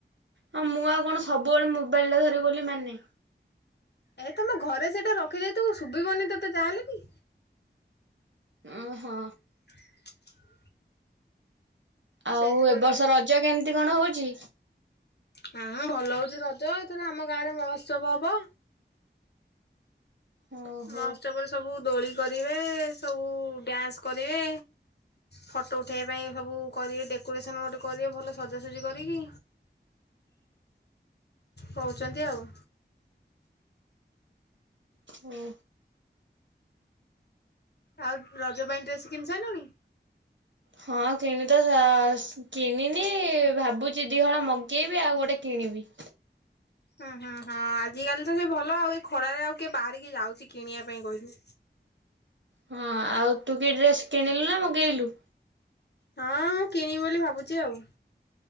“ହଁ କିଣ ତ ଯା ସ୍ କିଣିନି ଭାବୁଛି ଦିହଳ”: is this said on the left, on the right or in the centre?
Right